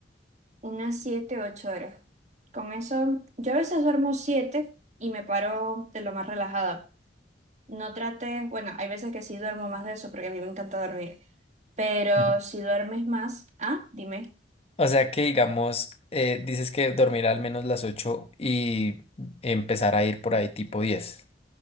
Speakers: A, on the right (about 40°); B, on the left (about 30°).
A: unas siete, ocho horas. Con eso, yo a veces duermo siete y me paro de lo más relajada. No trate, bueno, hay veces que sí duermo más de eso porque a mí me encanta dormir. Pero
B: Ujú.
A: si duermes más, ah, dime.
B: O sea que digamos, eh, dices que dormir al menos las 8 y empezar a ir por ahí tipo 10.